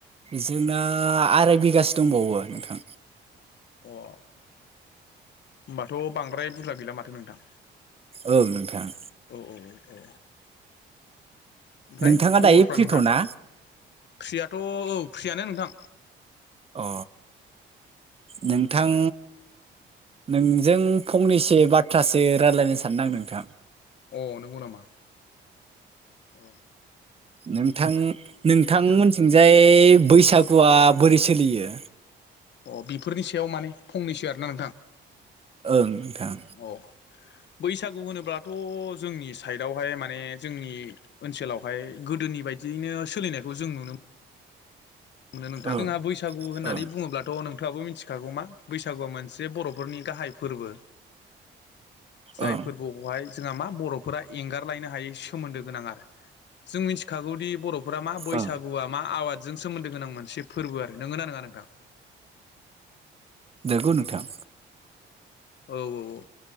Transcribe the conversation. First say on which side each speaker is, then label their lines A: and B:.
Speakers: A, on the right; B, on the left.
A: जोंना आराय बिगासो दंबावो नोंथां।
B: अ होमबाथ' बांद्राय बुरजा गैला माथो नोंथां।
A: ओं नोंथां।
B: औ औ औ औ ओमफ्राय
A: नोंथाङा
B: खबरफ्रा
A: दायो फ्रिथ'
B: नोंथां।
A: ना
B: फ्रियाथ' औ फ्रियानो नोंथां।
A: अ नोंथां। नोंजों फंनैसो बाथ्रासो रायजलायनो सानदों आं नोंथां।
B: अ नंगौ नामा? औ
A: नोंथां नोंथां मोन थिंजाय बैसागुआ बोरै सोलियो।
B: अ बेफोरनि सायाव माने फंनैसो आरोना नोंथां।
A: ओं नोंथां।
B: अ बैसागु होनोब्लाथ' जोंनि साइडआवहाय माने जोंनि ओनसोलावहाय गोदोनि बायद बिदियैनो सोलिनायखौ जों नुनो मोनो नोंथां
A: ओं
B: जोंहा बैसागु होननानै
A: ओं
B: बुङोब्लाथ' नोंथ थाङाबो मिथिखागौ मा बैसागुआ मोनसे बर'फोरनि गाहाय फोरबो। जाय
A: ओं
B: फोरबोखौहाय जोंहा मा बर'फोरा एंगारलायनो हायै सोमोन्दो गोनां आरो जों मिथिखागौदि बर' फोरा मा बैसागुआ
A: ओं
B: मा आबादजों सोमोन दो गोनां मोनसे फोरबो आरो नोंगोना नङा नोंथां?
A: नोंगौ नोंथां
B: औ औ औ